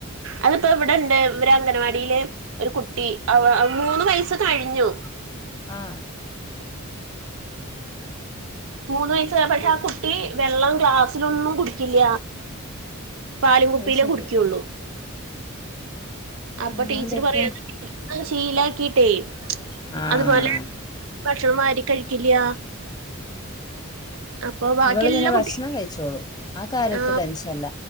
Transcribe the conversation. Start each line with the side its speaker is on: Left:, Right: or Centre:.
Right: അതിപ്പോ ഇവിടെണ്ട് ഇവരെ അംഗൻവാടിയിലെ ഒരു കുട്ടി മൂന്ന് വയസ്സ് കഴിഞ്ഞു
Left: ആഹ്
Right: മൂന്ന് വയസ്സ് പക്ഷെ ആ കുട്ടി വെള്ളം ഗ്ലാസ്സിലൊന്നും കുടിക്കില്ല പാലും കുപ്പിലേ
Left: അത് ശരി.
Right: കുടിക്കുകയുള്ളൂ അപ്പൊ ടീച്ചർ
Left: ഞാനെന്തേക്കും
Right: പറയും ശീലാക്കിട്ടേ
Left: ആഹ്
Right: അതുപോലെ ഭക്ഷണം വാരി കഴിക്കില്ല്യ. അപ്പൊ ബാക്കി
Left: ഇവള്
Right: എല്ലാ
Left: പിന്നെ
Right: കുട്ടിക
Left: ഭക്ഷണം കഴിച്ചോളും. കാര്യത്തി
Right: ആ
Left: ടെൻഷൻല്ല.